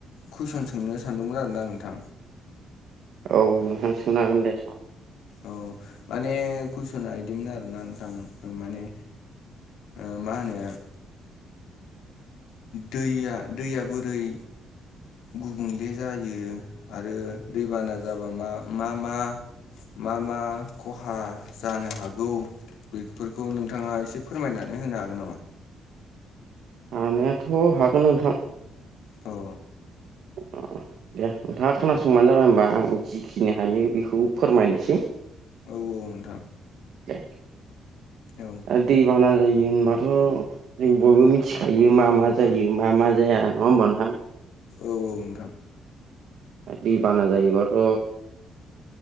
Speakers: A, on the left; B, on the right.
A: कुइसन सोंनो सानदोंमोन आरोना नोंथां
B: औ औ नोंथां सोंनो हागोन दे।
A: औ माने कुइसना बिदिमोन आरोना नोंथां माने ओ मा होनो दैया दैया बोरै गुबुंले जायो आरो दैबाना जाबा मा मा मा? मा मा खहा जानो हागौ बेफोरखौ नोंथाङा एसे फोरमायनानै होनो हागोन नामा?
B: हानायाथ' हागोन नोंथां
A: औ
B: अ दे नोंथाङा खोनासंबानो जाबाय होनबा आं जिखिनि हायो बेखौ फोरमायनोसै
A: औ औ नोंथां।
B: दे
A: औ
B: आरो दै बाना जायो होनबाथ' जों बयबो मिथिखायो मा मा जायो मा मा जाया नङा होमबा नोंथां।
A: औ औ नोंथां
B: दैबाना जायोबाथ'